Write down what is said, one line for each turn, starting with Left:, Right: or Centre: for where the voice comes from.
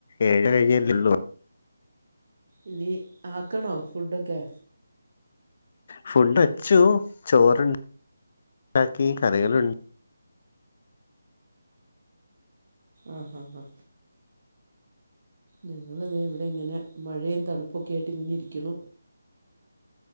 Left: ഏഴ് കഴിഞ്ഞല്ലള്ളൂ
Right: ഇനി ആക്കണോ ഫുഡൊക്കെ
Left: ഫുഡ് വച്ചു ചോറ്ണ്ട് ഉണ്ടാക്കി കറികളുണ്ട്
Right: ആഹ് ഹാ ഹ ഞങ്ങളത് ഇവിടെ ഇങ്ങനെ മഴയും തണുപ്പൊക്കെ ആയിട്ട് ഇങ്ങനെ ഇരിക്കണു